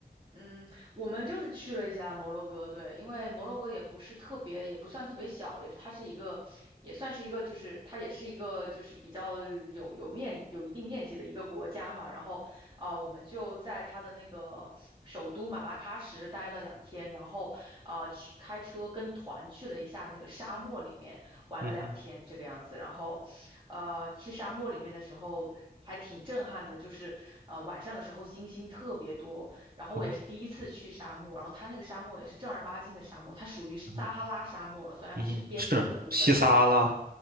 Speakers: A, on the right; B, on the right.
A: 嗯，我们就是去了一下摩洛哥，对，因为摩洛哥也不是特别，也不算特别小，也它是一个，也算是一个，就是它也是一个，就是比较有有面有一定面积的一个国家嘛。然后啊、我们就在它的那个首都马拉喀什待了两天，然后啊、去开车跟团去了一下那个沙漠里面玩了两天这个样子。
B: 嗯哼，
A: 然后，呃，去沙漠里面的时候还挺震撼的，就是呃晚上的时候星星特别多。然后我也是第一次去沙漠，
B: 哦
A: 然后它那个沙漠也是正儿八经的沙漠，它属于撒哈拉沙漠了，
B: 嗯哼，
A: 虽然是边缘的部分。
B: 嗯哼，是西撒哈拉。